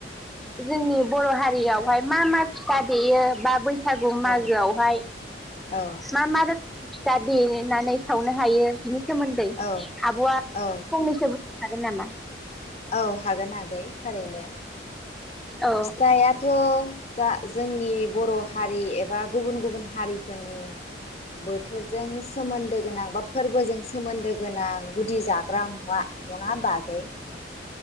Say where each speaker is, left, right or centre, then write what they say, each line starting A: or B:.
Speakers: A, in the centre; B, on the left (about 35°).
A: जोंनि बर' हारियावहाय मा-मा फिथा देयो बा बैस बैसागु मागोआवहाय
B: औ औ
A: मा-मा रोखोमनि फिथा देनानै सावनो हायो बिनि सोमोन्दै
B: औ
A: आब'आ
B: औ
A: फंनैसो हागोन नामा?
B: औ हागोन आगै थारैनो।
A: औ
B: फिथाया'थ जा जोंनि बर' हारि एबा गुबुन-गुबुन हारिफोरनि बोथोरजों सोमोन्दो गोनां बा फोर्बोजों सोमोन्दो गोनां गुदि जाग्रा मुवा नङा होनबा आगै